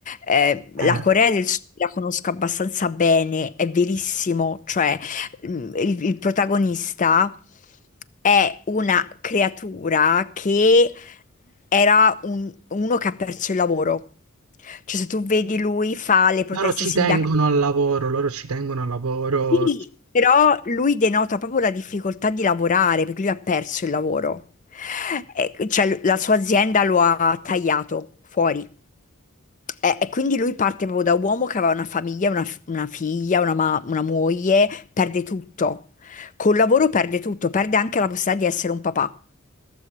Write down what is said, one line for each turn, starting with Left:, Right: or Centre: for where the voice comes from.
Left: Eh, la
Right: Eh,
Left: Corea del Sud la conosco abbastanza bene, è verissimo, cioè mm, il, il protagonista è una creatura che era un- uno che ha perso il lavoro, cioè se tu vedi lui fa le proteste
Right: loro ci
Left: sindacali.
Right: tengono al lavoro, loro ci tengono al lavoro.
Left: Sì, però lui denota proprio la difficoltà di lavorare perché lui ha perso il lavoro. E, cioè, la sua azienda lo ha tagliato fuori. E, e quindi lui parte proprio da uomo che aveva una famiglia, una, f- una figlia, una, ma- una moglie, perde tutto. Col lavoro perde tutto, perde anche la possibilità di essere un papà.